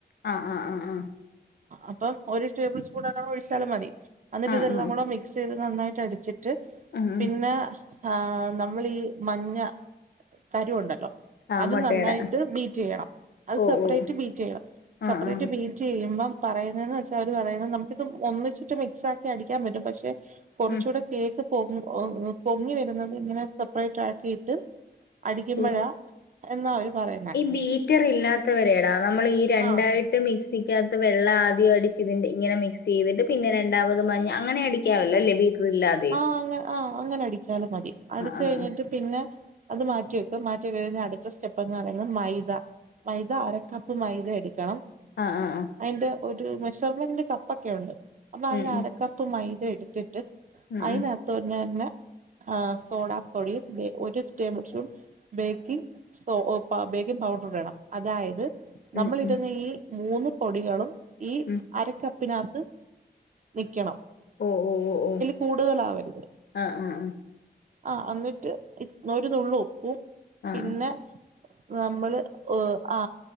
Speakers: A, on the left (about 70°); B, on the right (about 45°).
A: ആ ആ ആ ആ
B: അപ്പൊ ഒരു ടേബിൾ സ്പൂൺ അങ്ങനെ ഒഴിച്ചാലും മതി അന്ന്ട്ട്
A: ആഹ്
B: ഇതെല്ലാം
A: ആഹ് ആഹ്
B: കൂടെ മി ക്സെയ്ത് നന്നായിട്ട് അടിച്ചിട്ട്
A: ഉം ഉം
B: പിന്നെ ആ നമ്മളീ മഞ്ഞ തരുവൊണ്ടല്ലോ
A: ആഹ്
B: അത്
A: മുട്ടയുടെ
B: നന്നായിട്ട് ബീറ്റെയ്യണം അത്
A: ഓ
B: സെപ്പറേറ്റ്
A: ഓ
B: ബീറ്റെയ്യണം
A: ആഹ്
B: സെപ്പറേറ്റ്
A: ആഹ്
B: ബീറ്റ് റ്റെയ്യുമ്പം പറയ്ന്നെന്ന് വെച്ചാ അവര് പറയുന്നത് നമുക്കിത് ഒന്നിച്ചിട്ട് മിക്സാക്കി അടിക്കാൻ പറ്റും പക്ഷെ കുറച്ചൂടെ
A: ഉം
B: കേക്ക് പൊ പൊങ്ങി വരുന്നത് ഇങ്ങനെ സെപ്പറേറ്റ് ആക്കിയിട്ട്. അടികുമ്പഴ
A: ഓ
B: എന്ന അവര് <unintelligible>
A: ഈ ബീറ്റർ ഇല്ലാത്തവരെടാ നമ്മൾ ഈ രണ്ടായി
B: ആഹ്
A: <unintelligible> <unintelligible> മിക്സികാത്ത് വെള്ളവാദ്യം അടിച്ച് ഇങ്ങനെ മിക്സ്‌ ചെയ്തിട്ട് പിന്നെ രണ്ടാമത് മഞ്ഞാ <unintelligible> <unintelligible> ബീറ്റർ ഇല്ലാതേം
B: ആ അങ്ങനെ ആ അങ്ങനെ അടിച്ചാലും മതി അടിച്ച്
A: ആഹ്
B: കഴിഞ്ഞിട്ട് പിന്നെ അത് മാറ്റി <unintelligible> <unintelligible> അടുത്ത സ്റ്റെപ്പ് എന്ന് പറയുന്നത് മൈദ മൈദ അരക്കപ്പ് മൈദ എടുക്കണം.
A: ആ ആ ആ
B: അതിന്റെ ഒരു മെഷർമെന്റ് കപ്പ ഒക്കെ ഉണ്ട് അപ്പൊ അതിന്
A: ഉം ഉം
B: അരക്കപ്പ് മൈദ എടുത്തിട്ട്.
A: ഉം
B: <unintelligible>
A: ഉം
B: തന്നെ ആ സോഡാ പൊടി ഒരു ടേബിൾ സ്പൂൺ. ബേക്കിംഗ് സോ ഒ പ ബേക്കിംഗ് പൗഡർ വേണം. അതായത്
A: ഉം
B: നമ്മൾ ഇടുന്ന
A: ഉം
B: ഈ മൂന്ന് പൊടികളും ഈ
A: ഉം
B: അര <unintelligible> പ്പിന്നെ അകത്ത് നിൽക്കണം
A: ഓ ഓ ഓ ഓ
B: കൂടുതലാവരുത്
A: ആഹ് ആഹ്
B: ആ എന്നിട്ട് ഒരു നുള്ളു ഉപ്പും.
A: ആഹ്
B: പിന്നെ നമ്മള് ഒ ആ